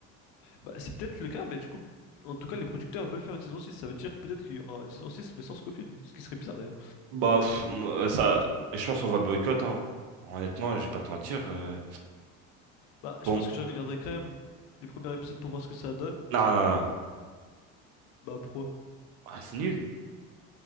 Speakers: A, on the left; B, on the right.
A: Bah, c'est peut-être le cas, mais du coup, en tout cas, les producteurs veulent faire une saison six Ça veut dire peut-être qu'il y aura une saison 6 mais sans Scofield, ce qui serait bizarre d'ailleurs.
B: Bah, pff, moi, ça, je pense qu'on va boycott, hein. Honnêtement, je vais pas te mentir. euh,
A: Bah, je
B: Bon,
A: pense que je regarderai quand même les premiers épisodes pour voir ce que ça donne.
B: non, non, non.
A: Bah, pro.
B: Ah, c'est nul.